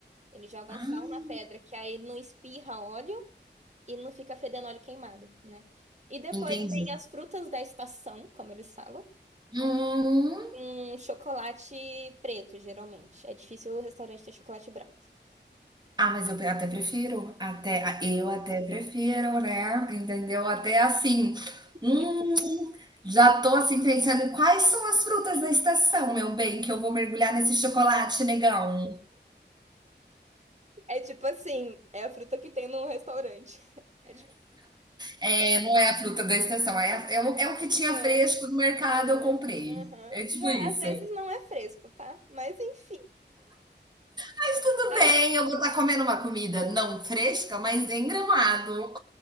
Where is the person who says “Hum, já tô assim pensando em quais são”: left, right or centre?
Right